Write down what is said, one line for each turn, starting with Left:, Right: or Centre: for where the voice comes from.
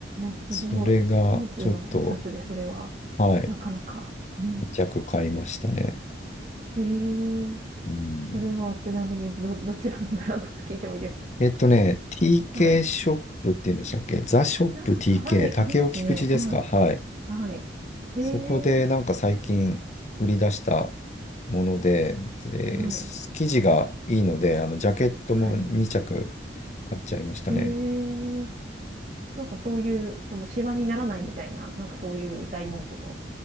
Right: あ、すごい。
Left: それが、
Right: スーツのシャツでそれは、
Left: ちょっと、はい、
Right: なかなか。うん。
Left: 2着買いましたね。
Right: へえ、
Left: うん。
Right: それはちなみにど、どちらのブランドか聞いてもいいですか
Left: えっとね、TK
Right: はい。
Left: ショップって言うんでしたっけザショップ
Right: ああ、
Left: TK、
Right: はい、
Left: 竹尾菊池ですかはい。
Right: ありますね。はい、はい。へえ、
Left: そこでなんか最近売り出したもので、で、
Right: はい、
Left: 生地がいいので、あの、ジャケットも2
Right: はい。
Left: 着買っちゃいましたね。
Right: へえ、なんかそういう、その、シワにならないみたいな、なんかそういう大文句の